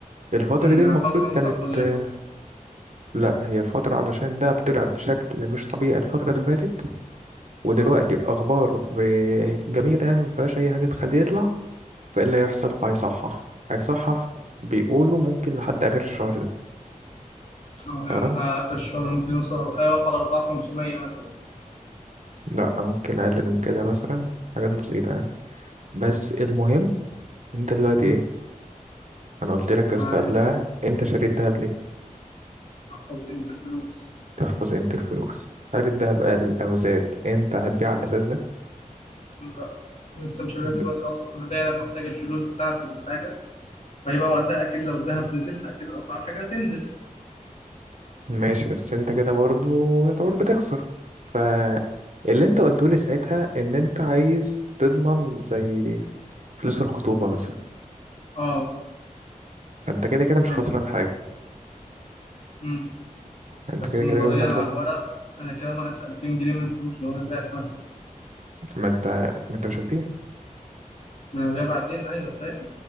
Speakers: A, on the right (about 60°); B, on the left (about 55°).
A: الفترة
B: امم
A: دي المفروض
B: يعني فترة
A: كانت
B: متقلبة
A: آه، لأ هي فترة علشان الدهب طلع بشكل مش طبيعي الفترة اللي فاتت ودلوقتي
B: اه
A: الأخبار ب- جميلة يعني مفيهاش أي حاجة تخليه يطلع فإيه اللي هيحصل فهيصحح هيصحح بيقولوا ممكن لحد آخر الشهر ده
B: اه
A: تمام
B: يعني مثلا على آخر الشهر ممكن يوصل يقف على أربعة خمسمية مثلا
A: لأ ممكن أقل من كده مثلا حاجات بسيطة يعني بس المهم انت دلوقتي
B: امم
A: ايه انا قلت لك
B: معايا
A: يا اسطى قبلها انت شاري الذهب ليه
B: أحفظ قيمة الفلوس
A: تحفظ قيمة الفلوس هل الذهب قل او زاد انت هتبيع على الاساس ده
B: لا لسه مش هبيع
A: ب-
B: دلوقتي أصلا أنا بايع لما أحتاج الفلوس بتاعتي للحاجة فهيبقى وقتها أكيد لو الذهب نزل فأكيد أسعار الحاجة هتنزل
A: ماشي بس انت كده برضه يعتبر بتخسر فاللي انت قلته لي ساعتها ان انت عايز تضمن زي فلوس الخطوبة مثلا
B: اه
A: انت كده كده مش
B: يبقى
A: خسران حاجة
B: امم
A: انت
B: بس
A: كده
B: نظريا
A: كده يوم ما تروح
B: على الورق أنا كده ناقص 2000 جنيه من الفلوس لو أنا بعت مثلا
A: ما انت ما انت مش هتبيع
B: ما أنا هبيع بعدين أيوه فاهم